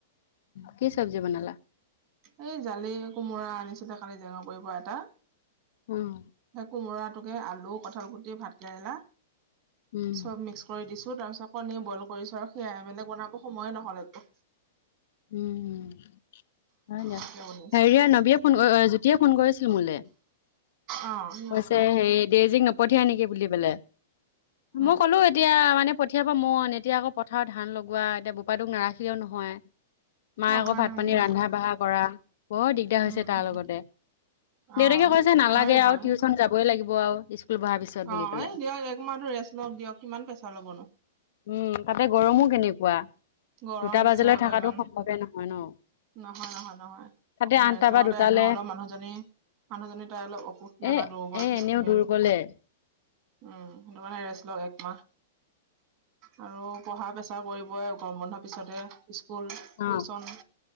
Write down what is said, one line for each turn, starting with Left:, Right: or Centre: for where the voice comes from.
Left: কি চ্জি বনালা
Right: এই জালি কোমোৰা আনিছিলে কালি জেঙ পৰি পৰা এটা
Left: উম,
Right: সেই কোমৰা আলু কঁঠাল কুটি ভাত কেৰেলা
Left: উম,
Right: চব মিক্স কৰি দিছো তাৰ পিছত কণীয়ে বইল কৰিছো আৰু সেয়াই মানে বনাব সময়ে নহলে একো
Left: উম হয় দিয়া
Right: তাকে বনাইছো
Left: হেৰিয় নবীয়ে ফোন জ্যোতিয়ে ফোন কৰিছিল মোলৈ
Right: অ কি
Left: কৈছে হেৰি দেজীক নপঠিয়াই নেকি বুলি পেললে
Right: উম
Left: মই ক'লো এতিয়া মানে পঠিয়াবা মন এতিয়া আকৌ পথাৰত ধান লগোৱা এতিয়া প তোক নাৰাখিলেও নহয় মায়ে
Right: নহয়
Left: আকৌ ভাত
Right: উম
Left: পানী ৰন্ধা বঢ়া কৰা বৰ দিগদাৰ হৈছে
Right: উম
Left: তাৰ
Right: উম
Left: লগতে
Right: অ
Left: দেউতাকে কৈছে নালাগে
Right: নোৱাৰিবই
Left: আৰু টিউচন যাবই লাগিব আৰু স্কুল পঢ়াৰ পিছত বুলি
Right: অ'
Left: পেলাই।
Right: এই দিয়ক এক মাহটো ৰেষ্ট লক দিয়ক কিমান পেচা ল'ব নো।
Left: উ তাতে গৰমো কেনেকুৱা,
Right: গৰম
Left: দুটা
Right: দিছে
Left: বাজালৈ
Right: আকৌ
Left: থাকাতো
Right: ইমান
Left: সম্ভৱে নহয় ন।
Right: নহয়, নহয়, নহয়
Left: তাতে
Right: অকমান
Left: আঠটা
Right: ৰেষ্ট লওঁতে
Left: বা দুটালে
Right: এনেওঁ অলপ মানুহজনী মানুহজনী তাই অলপ অসুখীয়া
Left: এ
Right: বা দুৰ্বল
Left: এ
Right: দিচ
Left: এনেও
Right: হেই।
Left: দূৰ গলে
Right: উ হেটো কাণে ৰেষ্ট ল একমাহ। আৰু পঢ়া পেচাৰ পৰিবই গৰম বন্ধ পিছতে। স্কুল,
Left: অ
Right: টিউচন